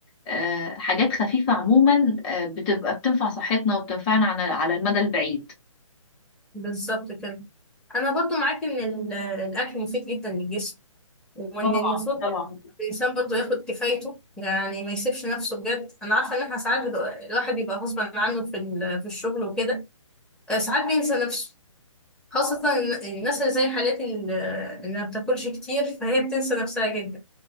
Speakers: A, on the left; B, in the centre.
A: آه، حاجات خفيفة عموما آه، بتبقى بتنفع صحتنا وبتنفعنا على على المدى البعيد
B: بالظبط كده انا برضو معاك ان ال- الاكل مفيد جدا للجسم وان
A: طبعا
B: المفروض
A: طبعا
B: الانسان برضو ياخد كفايته يعني ما يسيبش نفسه بجد انا عارفه ان احنا ساعات بد- الواحد بيبقى غصب عنه في ال- في الشغل وكده آه، ساعات بينسى نفسه خاصة إن- الناس اللي زي حالتي اللي اللي ما بتاكلش كتير فهي بتنسى نفسها جدا